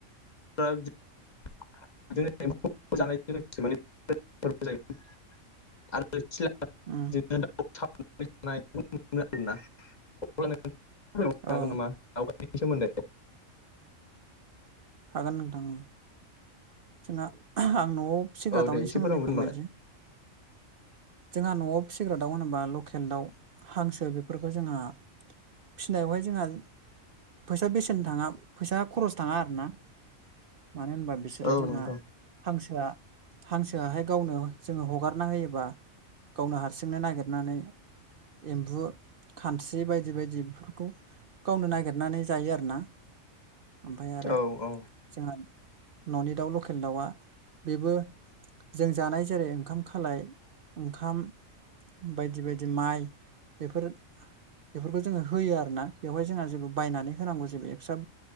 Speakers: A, on the left; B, on the right.
A: <unintelligible> जानायजों लोगोसे आरो सिला दाउ <unintelligible>
B: उम
A: आरोना नो हागोन नामा आवगायनायनि
B: औ
A: सोमोन्दै
B: हागोन नोंथां जोंना आं न'आव फिग्रा
A: औ
B: दाउनि
A: दे एसे
B: सोमोन्दै
A: फोरमायहर होनबालाय
B: फोरमायनोसै जोंहा न'आव फिसिग्रा दाउ होनोबा लकेल दाउ हांसो बेफोरखौ जोंहा फिनायावहाय जोंहा फैसा बेसेन थाङा फैसा खरस थाङा आरोना। मानो होनबा बि बिसोरो
A: औ
B: जोंहा
A: नोंथां
B: हांसोआ हांसोआहाय गावनो जोङो हगारना होयोबा गावनो हारसिंनो नागिरनानै एम्बु खानस्रि बायदि बायदि बेफोरखौ गावनो नागिरनानै जायो आरोना ओमफ्राय आरो
A: औ औ
B: जोंहा न'नि दाउ लकेल दाउआ बेबो जों जानाय जेरै ओंखाम खालाय ओंखाम बायदि बायदि माइ बेफोर बेफोरखौ जोङो होयो आरोना बेवहाय जोंहा जेबो बायनानै होनांगौ जेबो एक्सट्रा